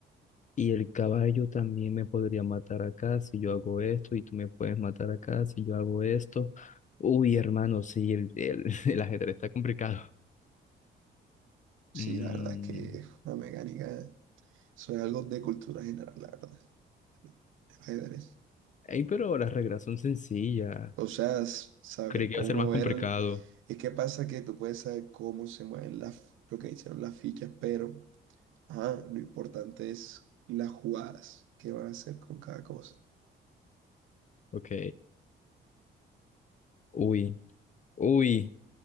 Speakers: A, on the left; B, on the right.
A: Y el caballo también me podría matar acá si yo hago esto, y tú me puedes matar acá si yo hago esto. Uy, hermano, sí, el, el, <laughs> el ajedrez está complicado.
B: sí,
A: Mm,
B: la verdad es que es una mecánica, eso es algo de cultura general, la verdad, el ajedrez.
A: ey, pero las reglas son sencillas.
B: O sea, s- saber
A: Creí que
B: cómo
A: iba a ser más
B: ver,
A: complicado.
B: es que pasa que tú puedes saber cómo se mueven las, lo que hicieron las fichas, pero ajá, lo importante es las jugadas que van a hacer con cada cosa.
A: Ok. Uy, uy,